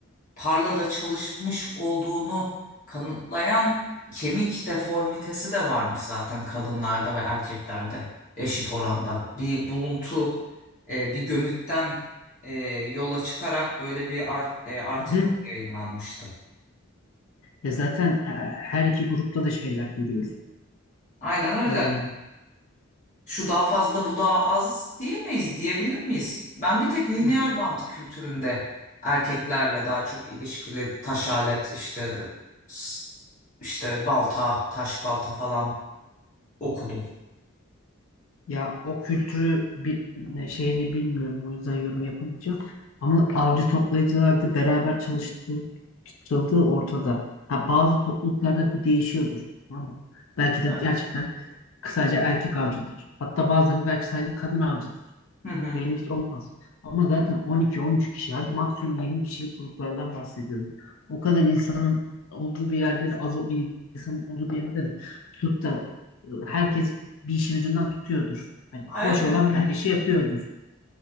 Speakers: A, on the left; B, on the left.
A: tarlada çalışmış olduğunu kanıtlayan kemik deformitesi de varmış zaten kadınlarda ve erkeklerde eşit oranda. Bir buluntu e, bir gömütten e, yola çıkarak böyle bir art, e, article
B: hı hı.
A: yayınlanmıştı.
B: Ya zaten e, her iki grupta da şeyler görüyoruz.
A: Aynen öyle.
B: Ee,
A: şu daha fazla bu daha az diyemeyiz diyebilir miyiz? Ben bir tek lineer
B: yok.
A: bant kültüründe erkeklerle daha çok ilişkili taş alet işte s- işte balta taş balta falan okudum.
B: Ya o kültürü bir ne- şeyini bilmiyorum. O yüzden yorum yapamayacağım. Ama avcı toplayıcılarda beraber çalıştığı, çalışıldığı ortada. Ha, bazı topluluklarda bu değişiyordur. Tamam mı? Belki de
A: Evet.
B: gerçekten kısaca erkek avcıdır. Hatta bazen belki sadece kadın avcıdır.
A: Hı hı.
B: Belli olmaz. Ama zaten 12-13 kişi hadi maksimum 20 kişilik gruplardan bahsediyoruz. O kadar insanın olduğu bir yerde de az o- bir insanın olduğu bir yerde de tutup da e, herkes bir işin ucundan tutuyordur. Hani
A: Elbette.
B: boş olan her işi yapıyordur.